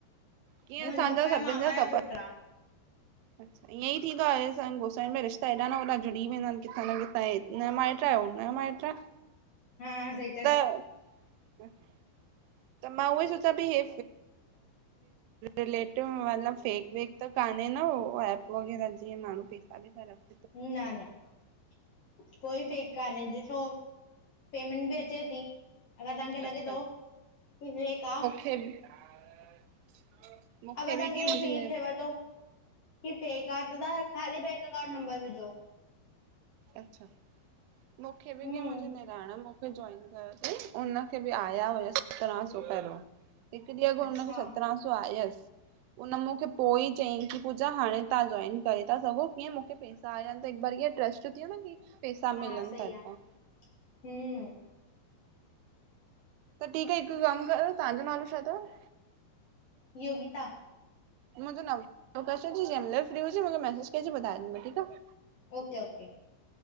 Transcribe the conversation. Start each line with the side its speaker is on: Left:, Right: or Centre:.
Right: कीअं
Left: मुंहिंजे
Right: असांजा
Left: पपा ऐं
Right: सभिनि
Left: मामा
Right: जा
Left: जो
Right: ख़बर
Left: पुटु आ
Right: अच्छा इअं ई थींदो आहे संग गोसाइ में रिश्ता हेॾा न होॾा जुड़ी वेंदा आहिनि किथां न किथां ऐं हिनयो माइट आ, हुनयो माईट आ।
Left: हा हा सई।
Right: त त मां उहो ही सोचा पई हे रिलेटिव मतलब फेक वेक। त कान्हे न उहो एप वग़ैरह जीअं माण्हू पैसा बि ता रख
Left: न -न कोई फेक कान्हे ॾिसो पेमेंट बि अचे थी अगर तव्हांखे
Right: अच्छा
Left: लॻे थो की पेट आ
Right: <unintelligible>
Left: अगर तव्हांखे
Right: कीअं
Left: इहो
Right: मुंहिंजी
Left: फील थियव थो की फेक आ, त तव्हां खाली बैंक अकाउंट नंबर विझो।
Right: अच्छा, मूंखे बि
Left: हम्म
Right: किअं मुंहिंजी निणान मो जॉइन कयो तई उनखे बि आया हुयस सत्रहां सौ पहिरियों। हिकु ॾींहं अॻु
Left: अच्छा
Right: हुनखे सत्रहां सौ आयसि। उन मूंखे पो ई चयईं की पूजा हाणे तव्हां जॉइन करे था सघो कीअं मूंखे पैसा आया त हिक बार हीअं ट्रस्ट थी वयो न कि पैसा
Left: हा
Right: मिलन
Left: सही
Right: ता हितां।
Left: आ हम्म।
Right: त ठीक आह हिक कम कयो तव्हांजो नालो छा तव?
Left: योगिता।
Right: मुंहिंजो नंबर ज फ्र हुजे म मूंखे मैसज कजे ॿुधाऐ ज ठीक आ।
Left: ओके ओके